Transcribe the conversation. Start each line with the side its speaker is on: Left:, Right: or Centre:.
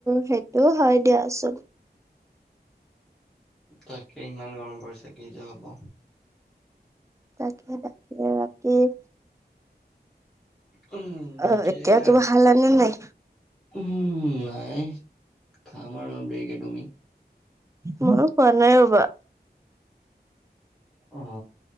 Right: সেইটো হয় দিয়াচোন।
Centre: তাকে ইমান গৰম পৰিছে কিযে হব?
Right: তাকে তাকে বাকী-
Centre: উম বাকী
Right: অ এতিয়া
Centre: সেয়াই
Right: কিবা
Centre: আৰু
Right: খালানে নাই?
Centre: উম নাই খাম আৰু অলপ দেৰিকে তুমি
Right: মইও খোৱা নাই ৰ'বা
Centre: অ